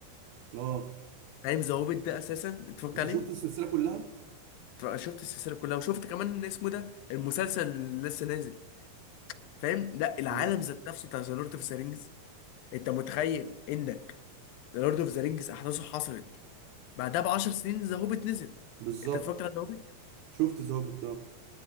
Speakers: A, on the right; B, on the left.
A: اه
B: فاهم ذا هوبيت ده اساسا اتفرجت
A: انت
B: عليه
A: شفت السلسله كلها
B: فشفت السلسله كلها وشفت كمان إن اسمه ده المسلسل اللي لسه نازل فاهم لا العالم
A: مم.
B: ذات نفسه بتاع ذا لورد اوف ذا رينجز انت متخيل انك ذا لورد اوف ذا رينجز احداثه حصلت بعدها ب 10 سنين ذا هوبيت نزل
A: بالظبط
B: انت اتفرجت على ذا هوبيت
A: شفت ظابط اه